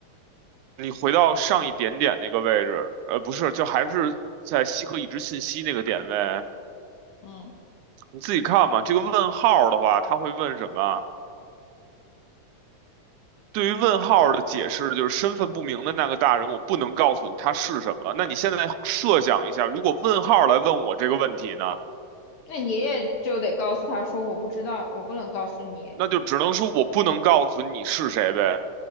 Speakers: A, on the right; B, on the left.
A: 你回到上一点点那个位置，呃，不是，就还是在西河已知信息那个点位，
B: 嗯，
A: 你自己看嘛。这个问号的话，他会问什么？对于问号的解释就是身份不明的那个大人，我不能告诉你他是什么。那你现在设想一下，如果问号来问我这个问题呢，
B: 那你也就得告诉他说我不知道，我不能告诉你。
A: 那就只能说我不能告诉你是谁呗。